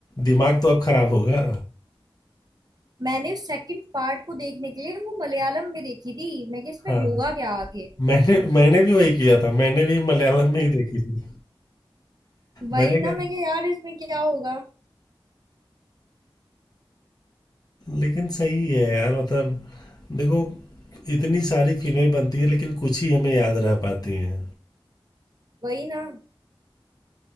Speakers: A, on the left; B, on the right.
A: दिमाग तो अब खराब होगा
B: मैंने सेकंड पार्ट को देखने के लिए वो मलयालम में देखी थी मैं कि इसमें
A: हाँ
B: होगा क्या आगे
A: मैंने मैंने भी वही किया था मैंने भी मलयालम में ही देखी थी
B: वही
A: मैंने
B: ना
A: कहा
B: मैं कि यार इसमें क्या होगा
A: लेकिन सही है यार मतलब देखो इतनी सारी फिल्में बनती है लेकिन कुछ ही हमें याद रह पाती हैं
B: वही ना